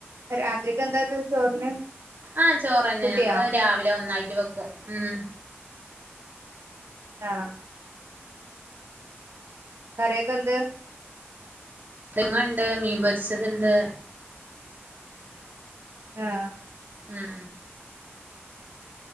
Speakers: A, on the right; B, on the right.
A: രാത്രിക്കെന്താച്ചേ ചോറിന്?
B: ആഹ് ചോറന്നെ.
A: കുട്ടിയാ
B: ഞങ്ങള് രാവിലെ ഒന്നായിട്ട് വെക്കും. ഉം
A: ആഹ്. കറിയൊക്കെ എന്ത്?
B: രിങ്ങണ്ട്, മീപൊരിച്ചത്ണ്ട്.
A: ആഹ്.
B: ഉം.